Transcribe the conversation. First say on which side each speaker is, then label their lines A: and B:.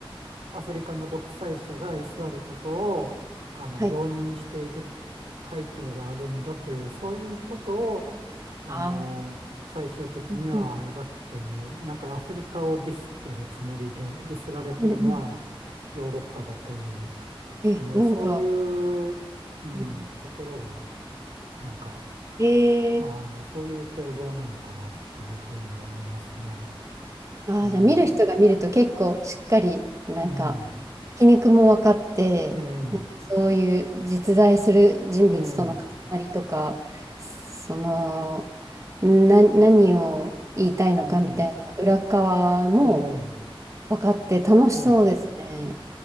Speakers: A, on the right (about 85°); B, on the right (about 30°).
A: アフリカの独裁者が居座ることを、あの、
B: はい。
A: 容認している背景があるんだという、そういうことをあの、
B: ああ、
A: 最終的には描くという、
B: うん、うん、
A: なんかアフリカをディスってるつもりで、ディスられてるのは
B: うんうん。
A: ヨーロッパだという、
B: え、
A: あの、
B: なんか、
A: そういう、うん、
B: うん
A: ところが、なんか、
B: え
A: あの、
B: ー
A: そういう構造なのかなっていうふうに思いますね。
B: ああ、
A: ええ
B: じゃあ見る人が見ると結構しっかり、なんか、
A: うん、
B: 皮肉も分かって、
A: ええ
B: なんかそういう実在する人物との重なりとか、
A: ええ
B: その、な、何を言いたいのかみたいな裏側も
A: うん、ええ
B: 分かって楽しそうですね。
A: ええ